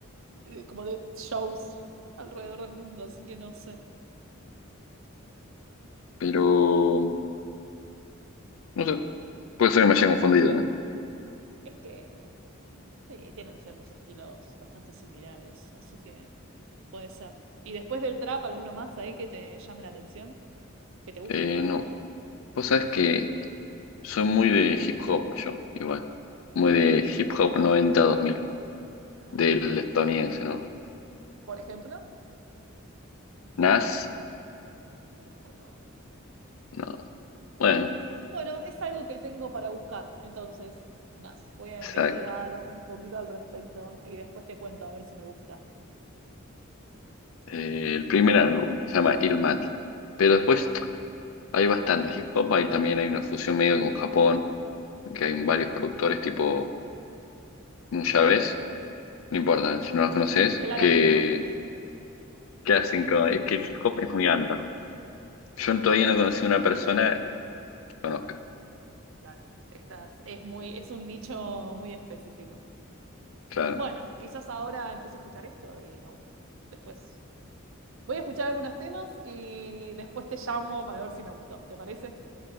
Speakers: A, on the right (about 65°); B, on the left (about 70°).
A: de- como de shows alrededor del mundo, así que no sé.
B: pero, no sé, puede ser que me haya confundido, ¿eh?
A: Es que sí, tienen ciertos estilos bastante similares, así que puede ser. ¿Y después del trap, alguno más ahí que te llame la atención, que te guste?
B: Eh, no, vos sabés que... Soy muy de hip hop, yo, igual. Muy de hip hop noventa dos mil
A: Ah,
B: del estadounidense, ¿no?
A: Por ejemplo,
B: Nas,
A: no, no los conozco.
B: no. Bueno,
A: Bueno, es algo que tengo para buscar, entonces, nada, voy a
B: exacto.
A: investigar un poquito al respecto y después te cuento a ver si me gusta.
B: Eh, el primer álbum se llama Illmatic. Pero después hay bastante hip hop, hay también hay una fusión medio con Japón,
A: Ujú.
B: que hay varios productores tipo Nuyabes, no importa si no los
A: No,
B: conoces,
A: claramente
B: que,
A: no. <laughs>
B: que hacen co- es que el hip hop es muy under. Yo todavía no conocí una persona que conozca.
A: Claro, estas es muy, es un nicho muy específico.
B: Claro,
A: Bueno, quizás ahora empiezo a escuchar esto y me gusta. Después voy a escuchar algunos temas y después te llamo para ver si me gustó. ¿Te parece?